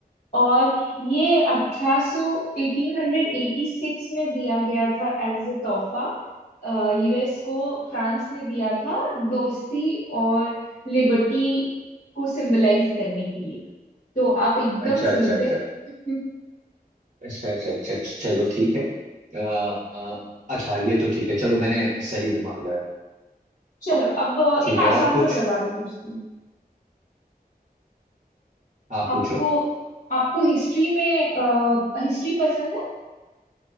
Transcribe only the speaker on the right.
अच्छा अच्छा
अच्छा
अच्छा अच्छा अच्छा चलो ठीक है आ, आ, अच्छा ये तो ठीक है चलो मैंने सही मान लिया
ठीक
है
और
कुछ
आप पूछो